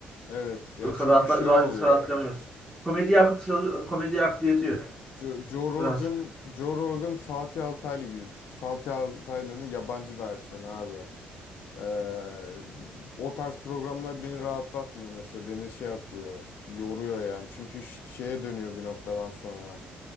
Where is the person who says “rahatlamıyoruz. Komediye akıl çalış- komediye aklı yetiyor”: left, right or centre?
Centre